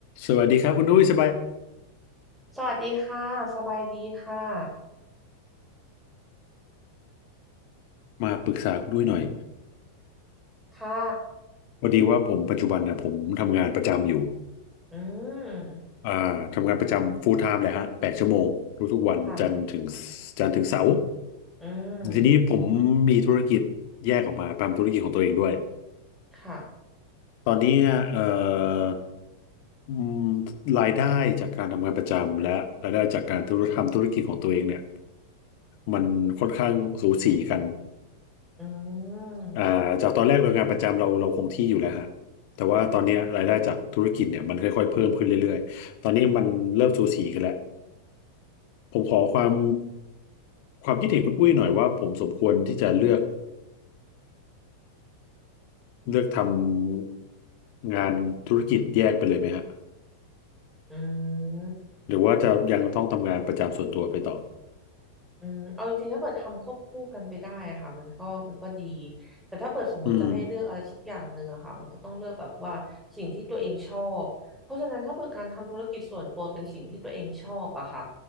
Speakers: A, on the left; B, in the centre.
A: สวัสดีครับคุณนุ้ยสบาย
B: สวัสดีค่ะ สบายดีค่ะ
A: มาปรึกษาคุณนุ้ยหน่อย
B: ค่ะ
A: พอดีว่าผมปัจจุบันนะผมทำงานประจำอยู่
B: อืม
A: อ่าทำงานประจำ full time เลยฮะแปดชั่วโมงทุกๆวันจันทร์ถึง
B: ค่ะ
A: จันทร์ถึงเสาร์
B: อืม
A: ทีนี้ผมมีธุรกิจแยกออกมาทำธุรกิจของตัวเองด้วย
B: ค่ะ
A: ตอนนี้เอ่ออืมรายได้จากการทำงานประจำและรายได้จากการทำธุรกิจของตัวเองเนี่ยมันค่อนข้างสูสีกัน
B: อืม
A: อ่าจากตอนแรกเรางานประจำเราเราคงที่อยู่แล้วฮะแต่ว่าตอนเนี้ยรายได้จากธุรกิจเนี่ยมันค่อยๆเพิ่มขึ้นเรื่อยๆตอนนี้มันเริ่มสูสีกันแล้วผมขอความความคิดเห็นคุณอุ้ยหน่อยว่าผมสมควรที่จะเลือกเลือกทำงานธุรกิจแยกไปเลยไหมฮะ
B: อืม
A: หรือว่าจะยังต้องทำงานประจำส่วนตัวไปต่อ
B: อืมเอาจริงๆ ถ้าเปิดทำควบคู่กันไปได้อะค่ะมันก็มันก็ดีแต่ถ้าเปิดสมมติจะให้เลือกอะไรสักอย่างหนึ่งอะค่ะมันก็ต้องเลือกแบบว่าสิ่งที่ตัวเองชอบเพราะฉะนั้นถ้าเปิดการทำธุรกิจส่วนตัวเป็นสิ่งที่ตัวเองชอบอะค่ะ
A: อืม